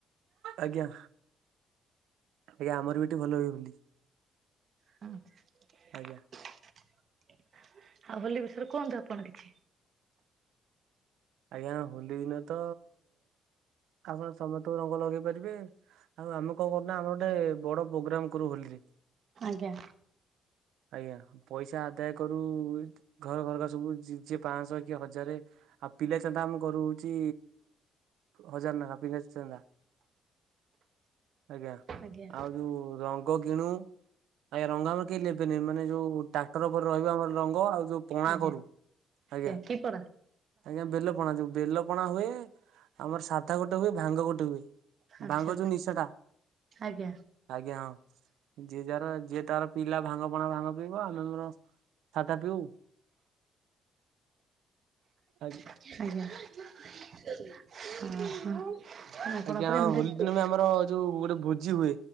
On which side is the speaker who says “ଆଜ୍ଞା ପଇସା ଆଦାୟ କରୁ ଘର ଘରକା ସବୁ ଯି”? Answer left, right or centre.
Right